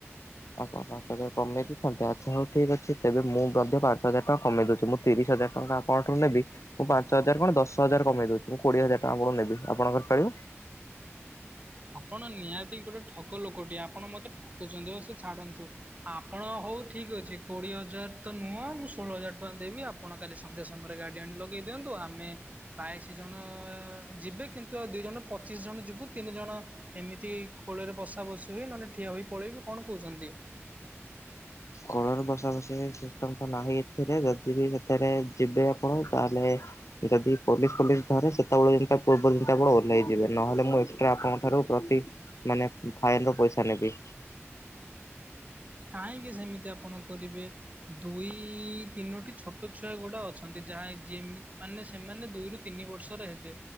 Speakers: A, on the left (about 85°); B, on the right (about 30°).
A: ଆପଣ ହ ପାଞ୍ଚ ହଜାର କମେଇ ଦେଇଥାନ୍ତେ ଆଚ୍ଛା ହଉ ଠିକ ଅଛି ତେବେ ମୁଁ ମଧ୍ୟ ପାଞ୍ଚ ହଜାର ଟଙ୍କା କମେଇ ଦଉଛି ମୁଁ ତିରିଶ ହଜାର ଟଙ୍କା କଣଠୁ ନେବି ମୁଁ ପାଞ୍ଚ ହଜାର କଣ ଦଶ ହଜାର କମେଇ ଦଉଛି ମୁଁ କୋଡିଏ ହଜାର ଟା ଆପଣଙ୍କୁ ନେବି ଆପଣଙ୍କର ଚଳିବ
B: ଆପଣ ନିହାତି ଗୋଟେ ଠକ ଲୋକଟିଏ ଆପଣ ମତେ ଠକୁଛନ୍ତି ଓ ସେ ଛାଡନ୍ତୁ ଆପଣ ହଉ ଠିକ ଅଛି କୋଡିଏ ହଜାର ତ ନୁହଁ ମୁଁ ଷୋହଳ ହଜାର ଟଙ୍କା ଦେବି ଆପ ଆପଣ କାଲି ସନ୍ଧ୍ୟା ସମୟରେ ଗାଡି ଆଣି ଲଗେଇ ଦିଅନ୍ତୁ ଆମେ ବାଇଶି ଜଣ ଯିବେ କିନ୍ତୁଆଉ ଦି ଜଣ ପଚିସି ଜଣ ଯିବୁ ତିନି ଜଣ ଏମିତି କୋଳରେ ବସା ବସିି ହୁଏ ନହେଲେ ଠିଆ ହୋଇ ପଳେଇବୁ କଣ କହୁଛନ୍ତି।
A: କୋଳରେ ବସା ବସି ହେଇଛି ସିଷ୍ଟମ ତ ନାହିଁ ଏଥିରେ ଯଦି ବି ସେଥିରେ ଯିବେ ଆପଣ ତାହେଲେ ଯଦି ପୋଲିସ ଫୋଲିସ ଧରେ ସେତେବେଳେ ଯେମିତି ତା ପୂର୍ବରୁ ଯେମିତି ଆପଣ ଓହ୍ଲାଇଯିବେ ନହେଲେ ମୁଁ ଏକ୍ସଟ୍ରା ଆପଣଙ୍କ ଠାରୁ ପ୍ରତି ମାନେଉ ଫାଇନ ର ପଇସା ନେବି
B: କାହିଁକି ସେମିତି ଆପଣ କରିବେ ଦୁଇ ତିନୋଟି ଛୋଟ ଛୁଆ ଗୁଡା ଅଛନ୍ତି ଯାହା ଜେମିତି ମାନେ ସେମାନେ ଦୁଇରୁ ତିନି ବର୍ଷରେ ହେବେ